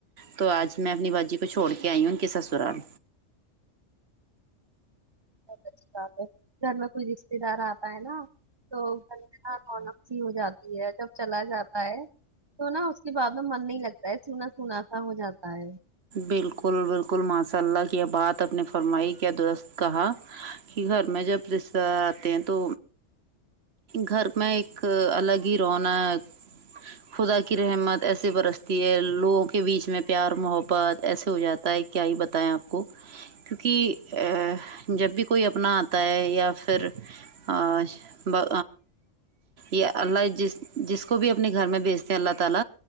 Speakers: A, on the right; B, on the right.
A: تو آج میں اپنی باجی کو چھوڑ کے آئی ہوں ان کے سسرال
B: بہت اچھی بات ہے گھر میں کوئی رشتے دار آتا ہے نا تو گھنٹنا رونق سی ہو جاتی ہے جب چلا جاتا ہے تو نا اس کے بعد میں من نہیں لگتا ہے سنا سنا سا ہو جاتا ہے
A: بالکل بالکل ماشاء اللہ کیا بات اپ نے فرمائی کیا درست کہا کہ اپنے جب رشتہ آتے ہیں تو گھر میں ایک الگ ہی رونا ہے خدا کی رحمت ایسے برستی ہے لوگوں کے بیچ میں پیار محبت بات ایسے ہو جاتا ہے کیا ہی بتائیں آپ کو کیونکہ جب بھی کوئی اپنا آتا ہے یا پھر اور با یہ اللہ جس جس کو بھی اپنے گھر میں بیچتے ہیں اللہ تعالی